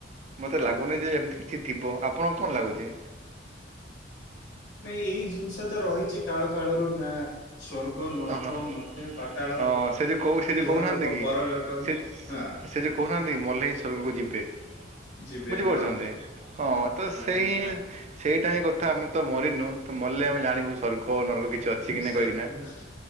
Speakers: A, on the right; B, on the left.
A: ମତେ
B: ହଁ।
A: ଲାଗୁନି ଯେ ଏମତି କିଛି ଥିବ ଆପଣଙ୍କୁ କଣ ଲାଗୁଚି?
B: ନାଇଁ ଏଇ ଜିନିଷ ତ ରହିଛି କାଳ କାଳରୁ ନା। ସ୍ଵର୍ଗ ନର୍କ
A: ହଁ ହଁ
B: ମର୍ତ୍ୟ ପାତାଳ
A: ଅ ସେ ଯୋଉ କହୁ ସେ ଯୋଉ
B: ଇହଲୋକ
A: କହୁନାହାନ୍ତି କି
B: ପରଲୋକ
A: ସେ
B: ହାଁ।
A: ସେ ଯୋଉ କହୁନାହାନ୍ତି କି ମଲେ ଏ ସ୍ୱର୍ଗ କୁ ଯିବେ।
B: ଯିବେ
A: ବୁଝିପାରୁଛନ୍ତି
B: ହଁ
A: ହଁ ତ ସେଇ।
B: ହଁ ହଁ
A: ସେଇଟା ହିଁ କଥା ଆମେ ତ ମରିନୁ ତ ମଲେ ଆମେ ଜାଣିବୁ ସ୍ୱର୍ଗ ନର୍କ କିଛି
B: ହଁ
A: କି
B: ସ୍ୱର୍ଗ
A: ନାହିଁ କହିକିନା।
B: ନର୍କ।